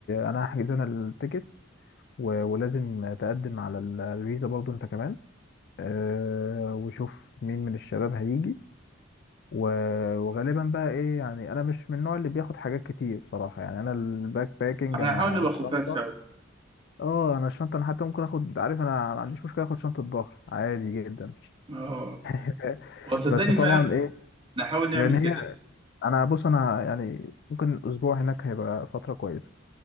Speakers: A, on the left (about 55°); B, on the right (about 25°).
A: انا هحجز انا التيكتس و- ولازم تقدم على ال- الفيزا برضو انت كمان أه وشوف مين من الشباب هيجي و- وغالبا بقى ايه يعني انا مش من النوع اللي بياخد حاجات كتير بصراحة يعني انا الباك باكينج
B: احنا
A: انا
B: هنحاول نبقى
A: الشنطة
B: خفاف فعلا.
A: اه انا الشنطة انا حتى ممكن اخد عارف انا ما عنديش مشكلة اخد شنطة ظهر عادي جدا
B: اه
A: <laughs>
B: هو صدقني
A: بس طبعا
B: فعلا
A: ايه
B: نحاول نعمل
A: يعني
B: كده
A: هي انا بص انا يعني ممكن اسبوع هناك هيبقى فترة كويسة